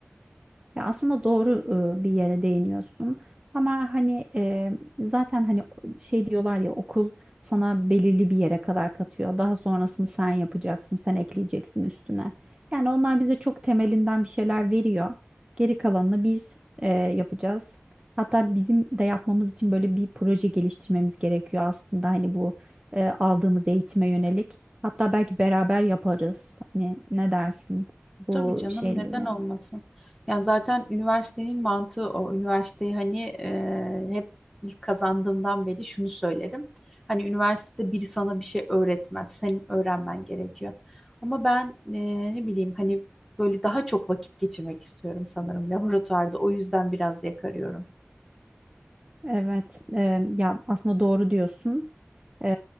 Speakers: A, on the right; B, in the centre.
A: Ya aslında doğru e, bir yere değiniyorsun. Ama hani e, zaten hani şey diyorlar ya okul sana belirli bir yere kadar katıyor. Daha sonrasını sen yapacaksın, sen ekleyeceksin üstüne. Yani onlar bize çok temelinden bir şeyler veriyor. Geri kalanını biz e, yapacağız. Hatta bizim de yapmamız için böyle bir proje geliştirmemiz gerekiyor aslında hani bu e, aldığımız eğitime yönelik. Hatta belki beraber yaparız. Hani ne dersin bu
B: Tabii canım
A: şeylere?
B: neden olmasın? Yani zaten üniversitenin mantığı o. Üniversiteyi hani e, hep ilk kazandığımdan beri şunu söylerim. Hani üniversitede biri sana bir şey öğretmez. Senin öğrenmen gerekiyor. Ama ben e, ne bileyim hani böyle daha çok vakit geçirmek istiyorum sanırım laboratuvarda. O yüzden biraz yakarıyorum.
A: Evet, e, ya aslında doğru diyorsun. E,